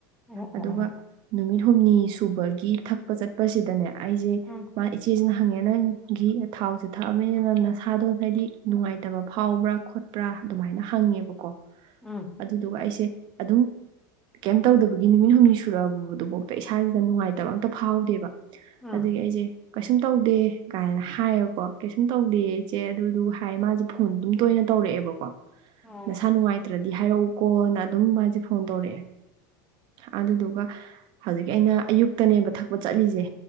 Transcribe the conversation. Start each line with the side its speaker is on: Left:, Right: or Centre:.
Centre: ꯑꯣ
Right: ꯑꯗꯨꯒ
Centre: ꯑꯣ
Right: ꯅꯨꯃꯤꯠ ꯍꯨꯝꯅꯤ ꯁꯨꯕꯒꯤ ꯊꯛ__ ꯆꯠꯄꯁꯤꯗꯅꯦ ꯑꯩꯁꯦ
Centre: ꯎꯝ
Right: ꯃꯥ ꯏꯆꯦꯁꯤꯅ ꯍꯪꯉꯦ ꯅꯪ ꯘꯤ ꯊꯥꯎ__ ꯊꯛꯑꯅꯤꯅ ꯅꯁꯥꯗꯣ ꯍꯥꯏꯗꯤ ꯅꯨꯡꯉꯥꯏꯇꯕ ꯐꯥꯎꯕ꯭ꯔꯥ ꯈꯣꯠꯄ꯭ꯔꯥ ꯑꯗꯨꯃꯥꯏꯅ ꯍꯪꯉꯦꯕꯀꯣ
Centre: ꯎꯝ
Right: ꯑꯗꯨꯗꯨꯒ ꯑꯩꯁꯦ ꯑꯗꯨꯝ ꯀꯩꯝ ꯇꯧꯗꯕꯒꯤ ꯅꯨꯃꯤꯠ ꯍꯨꯝꯅꯤ ꯁꯨꯔꯛꯑꯕꯗꯨꯕꯥꯎ ꯏꯁꯥꯁꯤꯗ ꯅꯨꯡꯉꯥꯏꯇꯕ ꯑꯝꯇ ꯐꯥꯎꯗꯦꯕ
Centre: ꯎꯝ
Right: ꯑꯗꯨꯒꯤ ꯑꯩꯁꯦ ꯀꯩꯁꯨꯝ ꯇꯧꯗꯦ ꯀꯥꯏꯅ ꯍꯥꯏꯌꯦꯕꯀꯣ ꯀꯩꯁꯨꯝ ꯇꯧꯗꯦ ꯑꯩꯆꯦ ꯑꯗꯨꯗꯨ ꯍꯥꯏ ꯃꯥꯁꯦ ꯐꯣꯟ ꯑꯗꯨꯝ ꯇꯣꯏꯅ ꯇꯧꯔꯛꯑꯦꯕꯀꯣ
Centre: ꯑꯣ
Right: ꯅꯁꯥ ꯅꯨꯡꯉꯥꯏ ꯍꯥꯏꯔꯛꯎꯀꯣꯅ ꯑꯗꯨꯝ ꯃꯥꯁꯦ ꯐꯣꯟ ꯇꯧꯔꯛꯑꯦ ꯑꯗꯨꯗꯨꯒ ꯍꯧꯖꯤꯛꯀꯤ ꯑꯩꯅ ꯑꯌꯨꯛꯇꯅꯦꯕ ꯊꯛꯄ ꯆꯠꯂꯤꯁꯦ